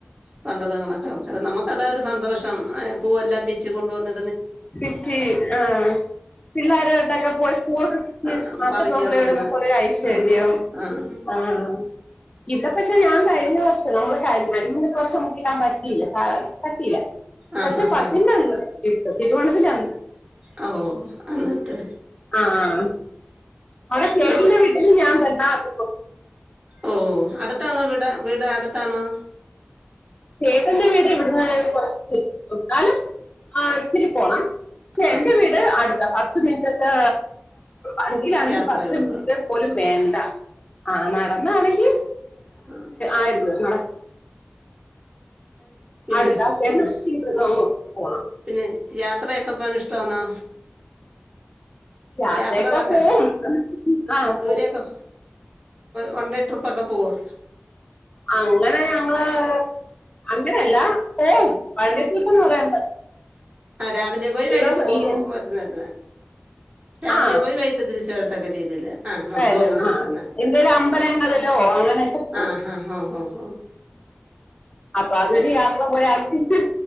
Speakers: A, on the right; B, on the left.
A: പണ്ടത്തെകണക്ക് ആൾക്കാർ നമുക്ക് അതാ ഒരു സന്തോഷം പൂവല്ലാം പിച്ചി കൊണ്ടുവന്ന്
B: ച്ചി ആ പിള്ളരോട്ടൊക്കെ പോയി പൂവക്കെ
A: ആഹ്
B: ആത്തപ്പൂക്കൾ
A: പറിക്കാന്ന്
B: ഇടുന്ന
A: പറഞ്ഞാ
B: പോലെ ഐശ്വര്യം
A: ആഹ് ആഹ്
B: ആഹ് ഇവിടെ പക്ഷെ ഞാൻ കഴിഞ്ഞ വർഷം നമ്മൾ വർഷം മുക്കിടാൻ പറ്റിയില്ല പറ്റില്ല
A: ആഹ്
B: പക്ഷെ
A: ആഹ്
B: പത്തിൻ്റെ അന്ന് തിരുവോണത്തിൻ്റെ അന്നു
A: ആഹ് ഓഹ് എന്നിട്ട്
B: ആഹ് അവിടെ ചേട്ടന്റെ
A: നമ്മ
B: വീട്ടിൽ ഞാൻ വന്നാ ആഹ്
A: ഓ അടുത്താണോ വീട് വീട് അടുത്താണോ
B: ചേട്ടന്റെ വീട് ഇവിടുന്ന് കൊറച്ച് ഇട്ടാലും ആ ഇത്തിരി പോണം പക്ഷെ
A: ആഹ്
B: എന്റെ വീട് അടുത്ത പത്ത് മിനിറ്റത്തെ അതിലാണെങ്കിൽ
A: യാത്രയുള്ള
B: പത്ത് മിനിട്ട് പോലും വേണ്ട ആഹ് നടന്നാണെങ്കിൽ
A: ആഹ്
B: ആയിരുന്നു നട
A: പിന്നെ
B: അടുത്താ
A: പിന്നെ
B: ആസയീ പോണം
A: പിന്നെ യാത്രയൊക്കെ പോകൻ ഇഷ്ടമാന്നോ
B: യാത്രയൊക്കെ
A: യാത്രകളൊക്കെ
B: പോവും ആ
A: ദൂരൊക്കെ
B: പോവും.
A: വൺ ഡേ ട്രിപ്പ് ഓകെ പോകുവോ
B: അങ്ങനെ ഞങ്ങള് അങ്ങനെയല്ല പോവും ഓൺ വൻ ഡേ ട്രിപ്പ് എന്ന് പറയാൻ
A: ആ രാവിലെ പോയി
B: ദിവസം
A: വൈകിട്ട് പോ
B: ഈ-
A: വരുന്നുന്ന രാവിലെ
B: ആ
A: പോയി വൈകിട്ട് തിരിച്ച് വരും തക രീതിയില്ല ആഹ് നമ്മളും
B: വരും
A: അങ്ങനെയൊക്കെ
B: ആ
A: തന്നെ
B: എന്തേലും അമ്പലങ്ങളിലോ അങ്ങനെയൊക്കെ പോകും
A: ആഹ് ആഹ് ഹ ഹ
B: അപ്പ അവരെ പോലെ യാത്ര ആകീട്ട്